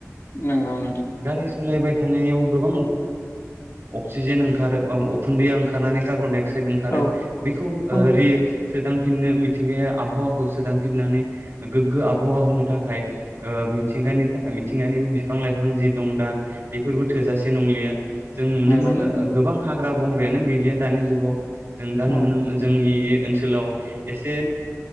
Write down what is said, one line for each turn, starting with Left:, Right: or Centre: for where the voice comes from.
Left: नंगौ नोंथां
Right: गारि सालाय थानायाव गोबां अक्सिजेन ओंखारो उखुन्दैया ओंखारनानै कार्बन अक्साइद ओंखारो
Left: औ
Right: बेखौ
Left: औ
Right: रि सोदांफिननो मिथिंगाया आबहावाखौ सोदांफिननानै गोग्गो आबहावा होनो थाखाय ओ मिथिंगानि थाखाय मिथिंगानि बिफां लाइफां जि दं दा बेफोरबो थोजासे नंलिया जों नुनो
Left: नंगौ
Right: मोनो
Left: नोंथां
Right: गोबां हाग्रा बंग्रायानो गैलिया दानि जुगाव जों दा
Left: औ
Right: नुनो जोंनि ओनसोलाव एसे